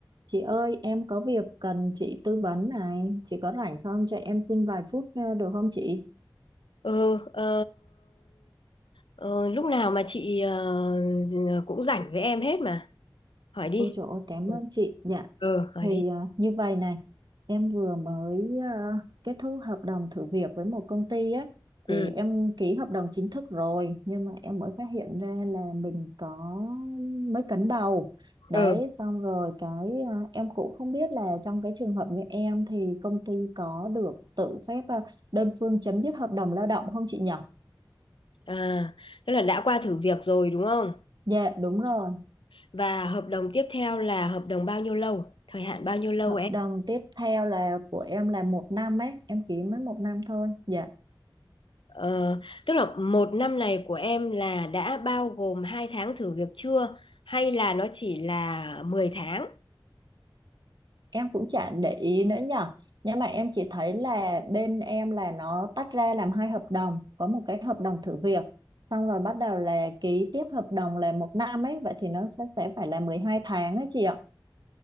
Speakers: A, on the right (about 60°); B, on the left (about 85°).
A: Chị ơi, em có việc cần chị tư vấn này. Chị có rảnh không? Cho em xin vài phút ờ, được không chị?
B: Ừ, ờ, ờ, lúc nào mà chị ờ, cũng rảnh với em hết mà. Hỏi đi.
A: Ôi trời ơi, cảm
B: Ừ,
A: ơn chị. Dạ,
B: ừ, hỏi
A: thì
B: đi.
A: ờ, như vậy này, em vừa mới ờ, kết thúc hợp đồng thử việc với một công ty á.
B: Ừ,
A: Thì em ký hợp đồng chính thức rồi, nhưng mà em mới phát hiện ra là mình có mới cấn bầu. Đấy,
B: ừ.
A: xong rồi cái ờ, em cũng không biết là trong cái trường hợp như em thì công ty có được tự phép ờ, đơn phương chấm dứt hợp đồng lao động không chị nhỉ?
B: À, tức là đã qua thử việc rồi đúng không?
A: Dạ đúng rồi,
B: Và hợp đồng tiếp theo là hợp đồng bao nhiêu lâu? Thời hạn bao nhiêu lâu
A: hợp
B: em?
A: đồng tiếp theo là của em là một năm ấy, em ký mới một năm thôi. Dạ,
B: Ờ, tức là một năm này của em là đã bao gồm 2 tháng thử việc chưa? Hay là nó chỉ là 10 tháng?
A: em cũng chả để ý nữa nhở. Nhưng mà em chỉ thấy là bên em là nó tách ra làm hai hợp đồng, có một cái hợp đồng thử việc, xong rồi bắt đầu là ký tiếp hợp đồng là một năm ấy, vậy thì nó sẽ sẽ phải là 12 tháng ấy chị ạ.